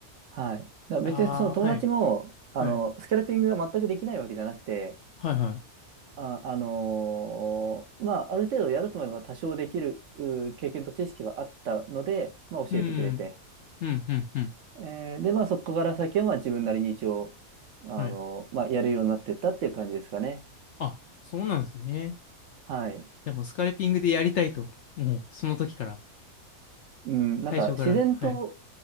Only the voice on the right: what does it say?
はい。だから別にその友達も、
あの、
スキャルピングが全くできないわけじゃなくて、
あ、あのーまあある程度やると思えば多少できるうー経験と知識はあったので、まあ教えてくれて。
えーで、まあそこから先はまあ自分なりに一応、あのーまあやるようになってったっていう感じですかね。
はい。
うん、なんか自然と、